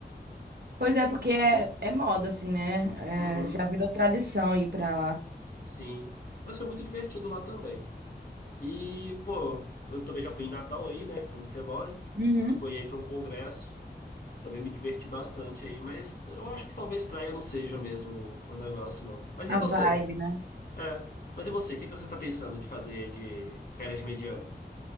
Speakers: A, on the right (about 65°); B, on the left (about 55°).
A: Pois é, porque é, é moda, assim, né?
B: Uhum,
A: É, já virou tradição ir pra lá.
B: sim. Mas foi muito divertido lá também. E, pô, eu também já fui em Natal aí, né? Que é onde você mora.
A: Uhum.
B: Fui aí pra um congresso. Também me diverti bastante aí, mas eu acho que talvez praia não seja mesmo o negócio, não. Mas
A: A
B: e você?
A: vibe, né?
B: É. Mas e você? O que que você tá pensando de fazer de férias de mediano?